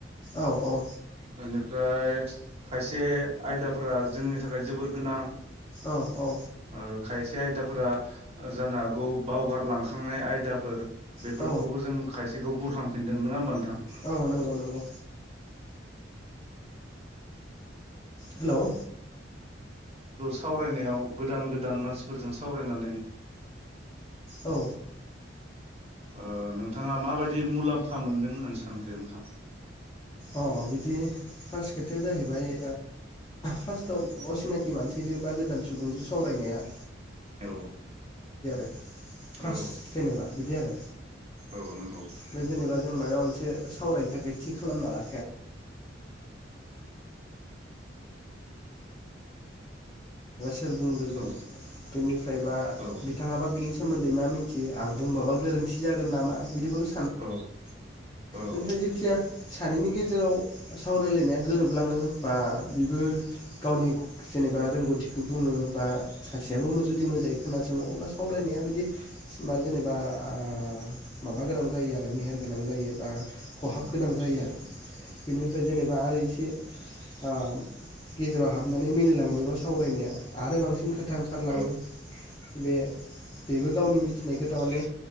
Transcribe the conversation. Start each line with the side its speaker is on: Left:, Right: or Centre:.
Left: औ औ
Right: बेनिफ्राय खायसे आयदाफोरा जोंनि थाखाय जोबोर गोनां
Left: औ औ
Right: ओ खायसे आयदाफोरा जानो हागौ बावगारलांखांनाय आयदाफोर बेफोरखौबो
Left: औ
Right: जों खायसेखौ बुरहां दों नङा ओनबा ओनथां
Left: औ नंगौ नंगौ हेल'
Right: सावरायनायाव गोदान गोदान मानसिफोरजों सावरायनानै
Left: औ
Right: ओ नोंथाङा माबायदि मुलाम्फा मोनदों होननानै सानखो नोंथां?
Left: अ बिदि खोथाया जाहैबाय फार्स्टआव असिनाखि मानसिजों बा गोदान सुबुंजो सावरायनाया
Right: औ
Left: <inaudible> फास
Right: औ
Left: जेनेबा बिदि आरो
Right: औ नंगौ
Left: <inaudible> जों माबा मोनसे सावरायनो थाखाय थि खालाम ना ला <inaudible> <inaudible> आं बुंबाबा
Right: औ औ
Left: गोरोन्थि जागोन नामा बिदिबो <inaudible>
Right: औ औ
Left: नायनि गेजेराव सावरायलायनाया गोरोबलाङो। बा बेबो गावनि जेनेबा रोंगौथिखौ बुङो बा सासेयाबो जुदि मोजाङै खोनासङो अब्ला सावरायनाया बि दि मा जेनेबा आ माबा गोनां जायो आरो मेहेर गोनां जायो बा खहाब
Right: औ औ
Left: गोनां जायो
Right: नंगौ।
Left: आरो बेनिफ्राय जेनेबा आरो इसे आ गेजेराव हाबनानै मिलायलांबायबा सावरायनाया आरो बांसिन खो था ओंखारलाङो
Right: औ
Left: बे बेबो गावनि मिथिनायखौ थारमाने